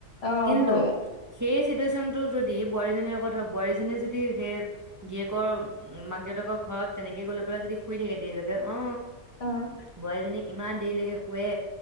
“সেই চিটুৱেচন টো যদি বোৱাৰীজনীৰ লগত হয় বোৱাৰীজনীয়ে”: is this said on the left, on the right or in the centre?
Right